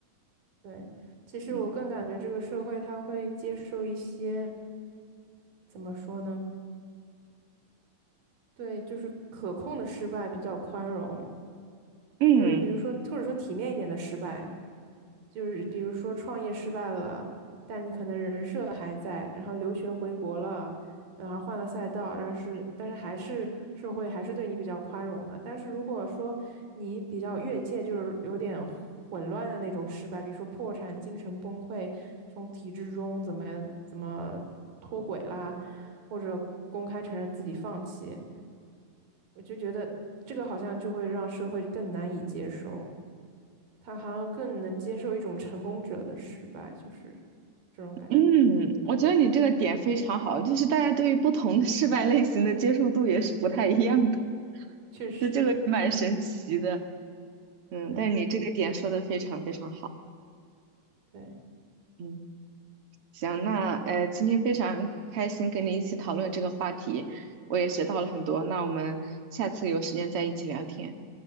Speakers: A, on the right (about 75°); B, on the right (about 45°).
A: 对，其实我更感觉这个社会他会接受一些，
B: 嗯
A: 怎么说呢？对，就是可控的失败比较宽容，
B: 嗯。
A: 就是比如说，或者说体面一点的失败，就是比如说创业失败了，但你可能人设还在，然后留学回国了，然后换了赛道，但是但是还是社会还是对你比较宽容的。但是如果说你比较越界，就是有点混乱的那种失败，比如说破产、精神崩溃，从体制中怎么怎么脱轨啦。或者公开承认自己放弃，我就觉得这个好像就会让社会更难以接受，他好像更能接受一种成功者的失败，就是这种感觉。
B: 嗯，我觉得你这个点非常好，就是大家对于不同的失败类型的接受度也是不太一样的，
A: 确实，
B: 就这个也蛮神奇的。嗯，
A: 对
B: 但是你这个点说的非常非常好。
A: 对，
B: 嗯，行，那呃，今天非常开心跟你一起讨论这个话题，我也学到了很多。那我们下次有时间再一起聊天。